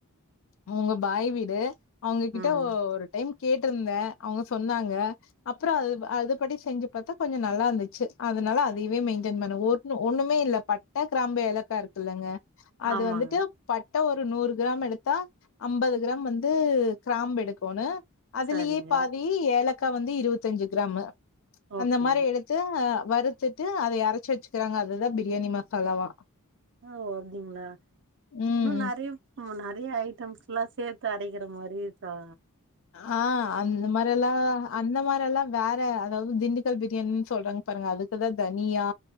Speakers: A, on the left; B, on the right.
A: அவுங்க பாய் வீடு அவுங்ககிட்ட
B: ம்
A: ஒரு டைம் கேட்டிருந்தே அவுங்க சொன்னாங்க அப்புற அது அது படி செஞ்சு பாத்தா கொஞ்ச நல்லா இருந்துச்சு அதனால அதயவே மெயின்டெயின் பண்ண ஒண்ணு ஒண்ணுமே இல்ல பட்ட கிராம்பு ஏலக்கா இருக்குல்லங்க அது
B: ஆமாங்க
A: வந்துட்டு பட்ட ஒரு நூறு கிராம் எடுத்தா அம்பது கிராம் வந்து கிராம்பு எடுக்கணு அதுலயே
B: சரிங்க
A: பாதி ஏலக்கா வந்து இருவத்தஞ்சு கிராமு
B: ஓகே
A: அந்த மாரி எடுத்து அ வருத்துட்டு அதை அறைச்சு வச்சுக்கிறாங்க அதுதா பிரியாணி மசாலாவா
B: ஓ அப்டிங்களா
A: ம்
B: இன்னு நெறைய நம்ம நெறைய ஐட்டம்ஸ்லா சேத்து அரைக்கிற மாரி இருக்கா
A: ஆ அந்த மா ல்லா அந்த மாரிலா வேற அதாவது திண்டுக்கல் பிரியாணின்னு சொல்றாங்க பாருங்க அதுக்குதா தனியா